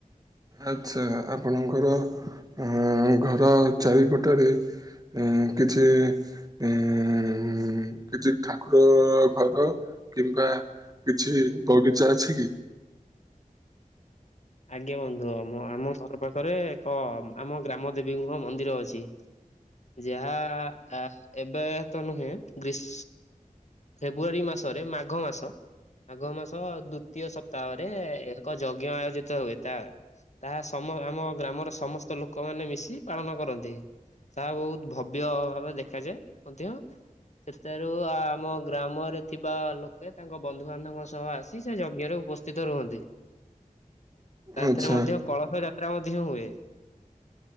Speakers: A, on the right (about 25°); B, on the left (about 55°).
A: ଆଚ୍ଛା ଆପଣଙ୍କର ଉଁ ଘର ଚାରିପଟରେ ଉଁ କିଛି ଉମ୍ କିଛି ଠାକୁର ଘର କିମ୍ବା କିଛି ବଗିଚା ଅଛି କି?
B: ଆଜ୍ଞା ବନ୍ଧୁ। ଆମ ଆମ ଘର ପାଖରେ ଏକ ଆମ ଗ୍ରାମ ଦେବୀଙ୍କ ମନ୍ଦିର ଅଛି। ଯାହା ଏବେ ତ ନୁହେଁ ଗ୍ରୀସ୍ ଫେବୃଆରୀ ମାସରେ ମାଘ ମାସ ମାଘ ମାସ ଦୁତୀୟ ସପ୍ତାହରେ ଏକ ଯଜ୍ଞ ଆୟୋଜିତ ହୁଏ ତା ତାହା ସମ ଆମ ଗ୍ରାମର ସମସ୍ତ ଲୋକମାନେ ମିଶି ପାଳନ କରନ୍ତି। ତାହା ବହୁତ ଭବ୍ୟ ଭାବରେ ଦେଖାଯାଏ ମଧ୍ୟ। ସେଠାରୁ ଆମ ଗ୍ରାମରେ ଥିବା ଲୋକେ ତାଙ୍କ ବନ୍ଧୁବାନ୍ଧବଙ୍କ ସହ ଆସି ସେ ଯଜ୍ଞ ରେ ଉ ପସ୍ଥିତ ରୁହନ୍ତି। ତାଥେରେ
A: ଆଚ୍ଛା
B: ମଧ୍ୟ କଳସ ଯାତ୍ରା ମଧ୍ୟ ହୁଏ।